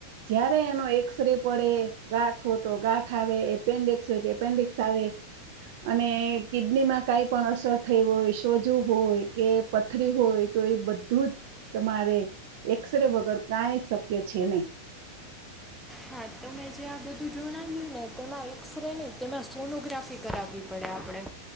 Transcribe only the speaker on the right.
જયારે એનો એક્સરે પડે ગાંઠ હો તો ગાંઠ આવે એપેન્ડિકસ હોય એપેન્ડિક્સ આવે અને કિડનીમાં કઈ પણ અસર થઈ હોય સોજું હોય કે પથરી હોય તો એ બધું જ તમારે એક્સરે વગર કાઈ શક્ય છે નહી